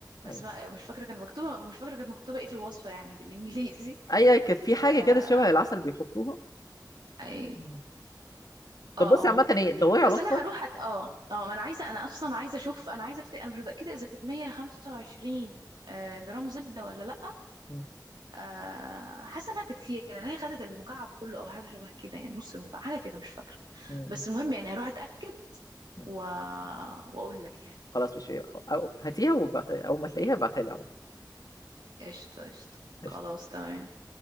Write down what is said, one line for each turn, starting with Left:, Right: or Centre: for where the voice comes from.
Left: ايوه
Right: اسماء مش فاكره كان مكتوبه مش فاكره كانت مكتوبه ايه في الوصفه يعني بالانجليزي
Left: ايوه كانت في حاجة
Right: آه.
Left: كده شبه العسل بيحطوها
Right: آه،
Left: مم.
Right: اه
Left: طب بصي عامة
Right: اه
Left: ايه دوري على
Right: بس
Left: الوصفة
Right: انا هروح أت... اه اه ما انا عايزه انا اصلا عايزه اشوف انا عايزه أفت... انا مش متاكده اذا كانت 125 آه، جرام زبده ولا لا
Left: مم.
Right: آه، حاسه انها كانت كتير لان هي خدت المكعب كله او حاجه شبه كده يعني نص المكعب حاجه كده مش فاكره
Left: مم.
Right: بس المهم يعني هروح اتاكد
Left: مم.
Right: و... واقول لك يعني
Left: خلاص ماشي أو هاتيها وبعت... أول ما تلاقيها ابعتها لي على طول
Right: قشطه قشطه خلاص
Left: قشطة.
Right: تمام